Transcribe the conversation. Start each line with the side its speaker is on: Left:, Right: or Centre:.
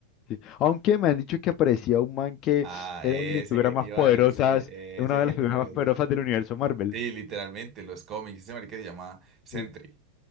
Left: ¿sí? Aunque me han dicho que aparecía un man que
Right: Ah,
Left: era
Right: ese
Left: una de las figuras
Right: que te
Left: más
Right: iba
Left: poderosas,
Right: a decir, ese
Left: una de
Right: que
Left: las
Right: te
Left: figuras
Right: iba a
Left: más
Right: decir.
Left: poderosas del universo Marvel,
Right: Sí, literalmente, los cómics. Ese marica se llama Sentry.
Left: Sí.